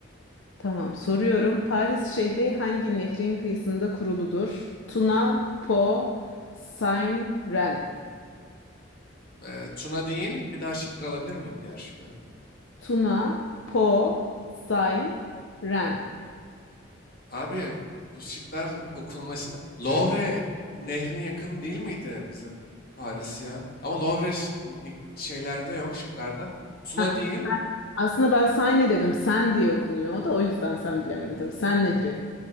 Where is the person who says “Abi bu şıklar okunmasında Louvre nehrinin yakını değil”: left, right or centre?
Left